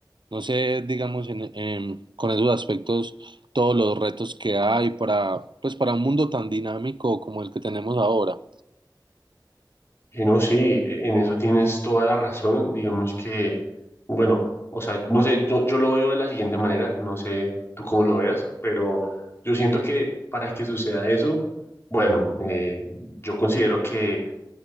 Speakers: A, on the right; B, on the left.
A: No sé, digamos, en- en- con esos aspectos, todos los retos que hay para, pues, para un mundo tan dinámico como el que tenemos ahora.
B: Eh, no, sí, eh, en eso tienes toda la razón. Digamos que, bueno, o sea, no sé, yo, yo lo veo de la siguiente manera, no sé tú cómo lo veas, pero yo siento que para que suceda eso, bueno, eh, yo considero que,